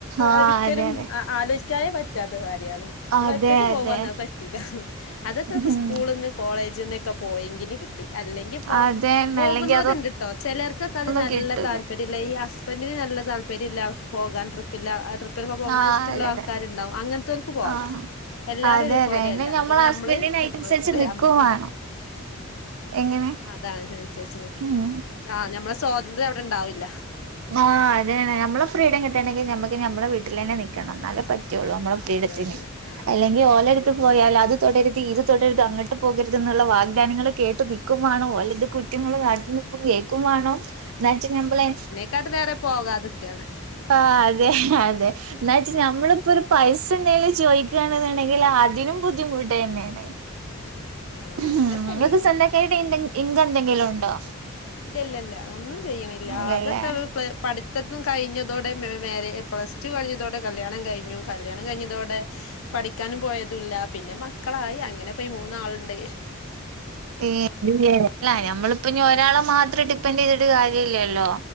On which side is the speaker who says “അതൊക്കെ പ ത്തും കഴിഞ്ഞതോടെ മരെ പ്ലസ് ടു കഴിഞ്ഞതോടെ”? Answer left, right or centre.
Left